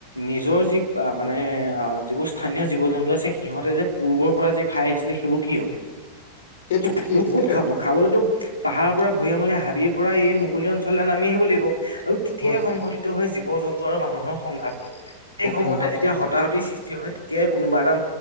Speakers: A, on the left; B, on the left.
A: নিজৰ যি মানে আহ যিবোৰ স্থানীয় জীৱ জন্তু আছে সিহঁতে যে পূৰ্বৰ পৰা যে খাই আহিছিলে সেইবোৰ কি হ'ব
B: সেইটোৱেতো
A: সেইবোৰ
B: সেইটো
A: কত
B: সেইটোৱে
A: খাব
B: কথা
A: খাবলেতো পাহাৰৰ পৰা ভূয়ামলে হাবিৰ পৰা এই মুকলি অঞ্চল এটা নামি আহিব লাগিব আৰু তেতিয়াই
B: হয় হয়
A: সংঘটিত জীৱ জন্তু আৰু মানুহৰ সংঘাতটো সেই সময়তে
B: সংঘাতটো
A: যেতিয়া
B: তেতিয়া
A: হতাহতি
B: হয়
A: সৃষ্টি হয় এতিয়াই কোনোবা এটা